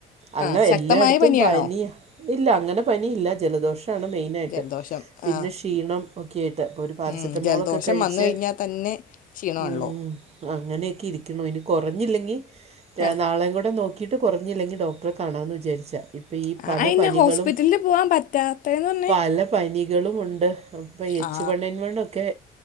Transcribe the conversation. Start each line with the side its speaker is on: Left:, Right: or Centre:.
Right: അല്ല
Left: ആ ശക്തമായ
Right: എല്ലായിടത്തും
Left: പനിയാണോ
Right: പനിയാ. ഇല്ല, അങ്ങനെ പനിയില്ല ജലദോഷമാണ് മെയിനായിട്ട്
Left: ജലദോഷം
Right: പിന്നെ
Left: ആ
Right: ക്ഷീണം. ഓക്കെ ആയിട്ട്, ഒരു പാരസെറ്റമോളൊക്കെ
Left: ഉം, ജലദോഷം
Right: കഴിച്ച്
Left: വന്നു കഴിഞ്ഞാൽ തന്നെ ക്ഷീണമാണല്ലോ
Right: ഉം അങ്ങനെയൊക്കെ ഇരിക്ക്ണു, ഇനി കുറഞ്ഞില്ലെങ്കിൽ ഞാൻ
Left: ആ
Right: നാളെ കൂടെ നോ ക്കിട്ട് കുറഞ്ഞില്ലെങ്കിൽ ഡോക്ടറെ കാണമെന്ന് വിചരിച്ചാ. ഇപ്പൊ ഈ
Left: ആ
Right: പല
Left: അതെന്നാ
Right: പനികളും
Left: ഹോസ്പിറ്റലിൽ പോകാൻ പറ്റാത്തതെന്ന് പറഞ്ഞേ
Right: പല പനികളുമുണ്ട്. ഇപ്പോൾ ഈ എച്ച്
Left: ആ
Right: വൺ എൻ വൺ വണൊക്കെ